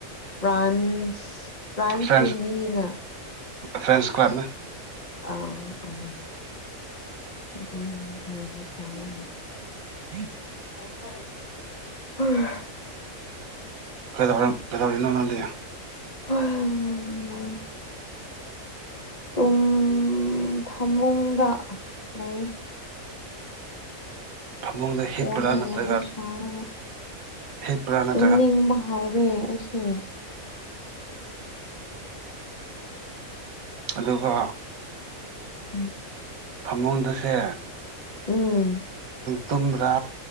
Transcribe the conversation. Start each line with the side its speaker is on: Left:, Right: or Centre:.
Left: ꯐ꯭ꯔꯥꯟꯁ
Right: ꯐ꯭ꯔꯦꯟꯁ
Left: ꯃꯤꯅ
Right: ꯐ꯭ꯔꯦꯟꯁ ꯀ꯭ꯂꯞꯅꯦ
Left: ꯑꯣ ꯑꯣ ꯑꯗꯨ ꯍꯥꯏꯕ ꯇꯥꯢ
Right: <unintelligible>
Left: <unintelligible>
Right: ꯀꯩꯗꯧꯔꯝ ꯀꯩꯗꯧꯔꯤꯅꯣ ꯅꯪꯗꯤ
Left: <unintelligible> ꯇꯨꯝꯃꯒ ꯐꯃꯨꯡꯗ ꯂꯩ
Right: ꯐꯃꯨꯡꯗ ꯍꯤꯞꯄ꯭ꯔꯥ
Left: ꯐꯣꯟꯗ
Right: ꯅꯠꯇ꯭ꯔꯒ
Left: ꯋꯥꯔꯤ ꯁꯥꯔꯒ
Right: ꯍꯤꯞꯄ꯭ꯔꯥ ꯅꯠꯇ꯭ꯔꯒ
Left: ꯇꯨꯝꯅꯤꯡꯕ ꯉꯥꯎꯔꯦ ꯑꯩꯁꯦ
Right: ꯑꯗꯨꯒ
Left: ꯎꯝ
Right: ꯐꯃꯨꯡꯗ ꯁꯦ
Left: ꯎꯝ
Right: ꯇꯨꯝꯕ꯭ꯔꯥ